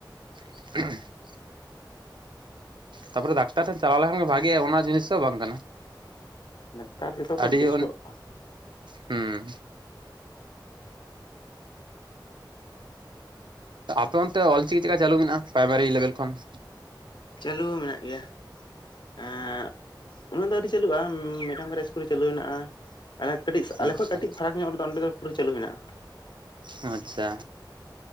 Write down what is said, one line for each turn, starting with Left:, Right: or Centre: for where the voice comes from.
Right: <unintelligible> ᱛᱟᱯᱚᱨᱮ ᱰᱟᱠᱛᱟᱨ ᱴᱷᱮᱱ ᱪᱟᱞᱟᱣ ᱞᱮᱠᱷᱟᱱ ᱜᱮ ᱵᱷᱟᱜᱮᱜᱼᱟ ᱚᱱᱟ ᱡᱤᱱᱤᱥ ᱦᱚᱸ ᱵᱟᱝ ᱠᱟᱱᱟ᱾
Left: ᱰᱠᱮᱛᱟᱨ ᱡᱚᱛᱚ ᱠᱷᱚᱱ
Right: ᱟᱹᱰᱤ
Left: ᱵᱮᱥᱴᱚᱜᱼᱟ᱾
Right: ᱦᱩᱸ᱾ ᱟᱯᱮ ᱚᱱᱛᱮᱮ ᱚᱞᱪᱤᱠᱤ ᱪᱮᱫᱠᱟ ᱪᱟᱹᱞᱩ ᱢᱮᱱᱟᱜᱼᱟ ᱯᱨᱟᱭᱢᱟᱨᱤ ᱞᱮᱵᱮᱞ ᱠᱷᱚᱱ?
Left: ᱪᱟᱹᱞᱩ ᱢᱮᱱᱟᱜ ᱜᱮᱭᱟ᱾ ᱮᱸᱜ ᱩᱱᱟᱹᱜ ᱫᱚ ᱟᱹᱣᱨᱤ ᱪᱟᱹᱞᱩᱜᱼᱟ ᱢᱮᱫᱴᱟᱝ ᱵᱟᱨᱭᱟ ᱤᱥᱠᱩᱞ ᱨᱮ ᱪᱟᱹᱞᱩ ᱦᱮᱱᱟᱜᱼᱟ᱾ ᱟᱞᱮ ᱠᱟᱹᱴᱤᱡ ᱟᱞᱮ
Right: ᱟᱪᱪᱷᱟ
Left: ᱠᱷᱚᱡ ᱠᱟᱹᱴᱤᱡ ᱯᱷᱟᱨᱟᱠ ᱧᱚᱜ ᱨᱮᱫᱚ ᱚᱸᱰᱮ ᱫᱚ ᱯᱩᱨᱟᱹ ᱪᱟᱹᱞᱩ ᱦᱮᱱᱟᱜᱼᱟ᱾
Right: ᱚ ᱟᱪᱪᱷᱟ᱾